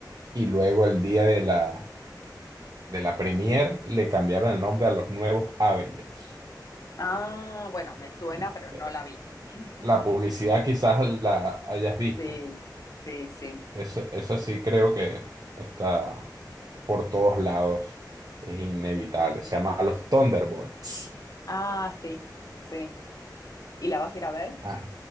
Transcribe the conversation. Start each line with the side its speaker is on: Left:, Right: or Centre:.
Right: y luego el día de la, de la premier le cambiaron el nombre a los nuevos Avengers.
Left: Ah, bueno, me suena,
Right: Mm,
Left: pero
Right: eh,
Left: no la vi. <laughs>
Right: La publicidad quizás la hayas visto.
Left: Sí, sí, sí.
Right: Eso, eso sí creo que está por todos lados. Es inevitable. Se llama los Thunderbolts.
Left: Ah, sí, sí. ¿Y la vas a ir a ver?
Right: Ah,